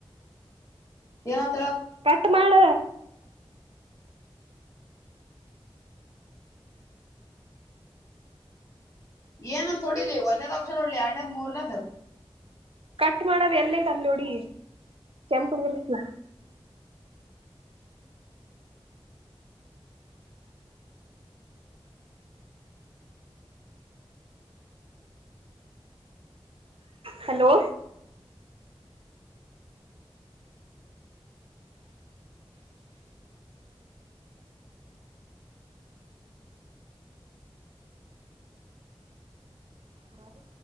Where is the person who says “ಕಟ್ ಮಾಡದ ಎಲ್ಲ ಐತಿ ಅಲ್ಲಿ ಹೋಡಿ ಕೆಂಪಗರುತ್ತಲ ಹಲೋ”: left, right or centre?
Right